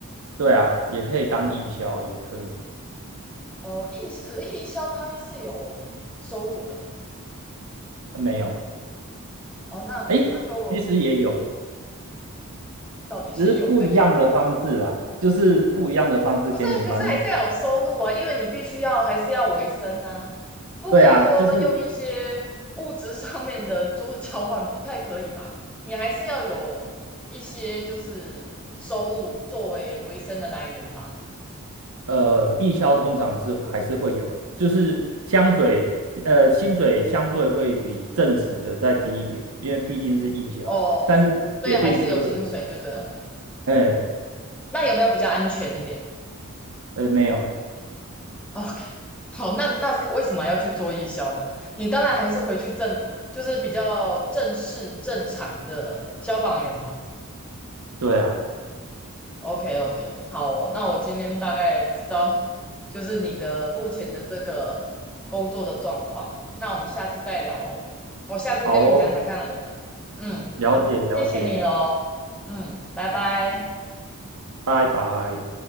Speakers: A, on the right; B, in the centre.
A: 对啊，也可以当义消，也可以。
B: 哦，义可是义消它是有收入的嘛？
A: 呃没有，
B: 哦，那那就
A: 诶，其实也有，
B: 到底是有还是没？
A: 只是不一样的方式啦，就是不一样的方式给你们。
B: 不是啊可是还是要有收入啊，因为你必须要还是要维生啊，不可以说用一些物质上面的做交换，
A: 对啊，就是
B: 不太可以吧？你还是要有一些就是收入作为维生的来源吧？
A: 呃，义消通常是还是会有，就是香水，呃，薪水相对会比正职的再低一点，因为毕竟是义消，
B: 哦，
A: 但是铁定是会有。
B: 对，还是有薪水就对了。
A: 哎，
B: 那有没有比较安全一点
A: 呃，没有，
B: ？OK，好，那那为什么要去做义消呢？你当然还是回去正，就是比较正式正常的消防员吧。
A: 对啊，
B: OK OK，好哦那我今天大概知道就是你的目前的这个工作的状况，那我们下次再聊哦。我下次跟你讲讲看我的，
A: 好哦，
B: 嗯，
A: 了解了解，
B: 谢谢你喽，嗯，拜拜。
A: 拜拜。